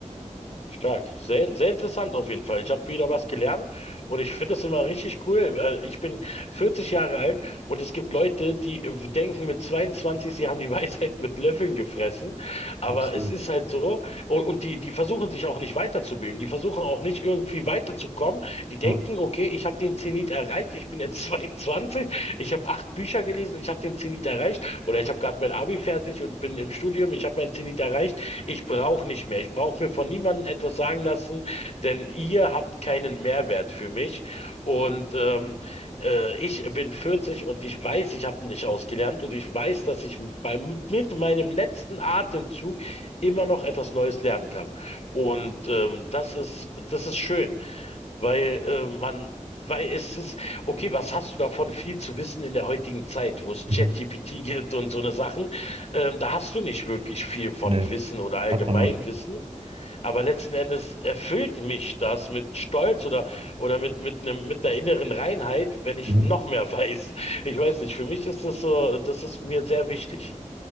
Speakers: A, on the left; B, on the right.
A: Stark. Sehr, sehr interessant auf jeden Fall. Ich habe wieder was gelernt und ich finde es immer richtig cool. Äh, Ich bin 40 Jahre alt und es gibt Leute, die äh, denken mit 22, sie haben die <laughs> Weisheit mit Löffeln gefressen. Aber
B: Absolut.
A: es ist halt so. Und, und die, die versuchen sich auch nicht weiterzubilden. Die versuchen auch nicht irgendwie weiterzukommen. Die denken,
B: Ja.
A: okay, ich habe den Zenit erreicht. Ich bin jetzt <laughs> 22. Ich habe acht Bücher gelesen. Ich habe den Zenit erreicht. Oder ich habe gerade mein Abi fertig und bin im Studium. Ich habe meinen Zenit erreicht. Ich brauche nicht mehr. Ich brauche mir von niemandem etwas sagen lassen, denn ihr habt keinen Mehrwert für mich. Und ähm, äh, ich bin 40 und ich weiß, ich habe nicht ausgelernt und ich weiß, dass ich beim, mit meinem letzten Atemzug immer noch etwas Neues lernen kann. Und ähm, das ist, das ist schön. Weil äh, man, weil es ist, okay, was hast du davon, viel zu wissen in der heutigen Zeit, wo es
B: Mhm.
A: ChatGPT gibt und so eine Sachen, ähm, da hast du nicht wirklich viel von
B: Nee.
A: Wissen oder Allgemeinwissen,
B: Hat man noch nicht.
A: aber letzten Endes erfüllt mich das mit Stolz oder, oder mit, mit einem, mit der inneren Reinheit, wenn ich
B: Mhm.
A: noch mehr <laughs> weiß. Ich weiß nicht, für mich ist das so, das ist mir sehr wichtig.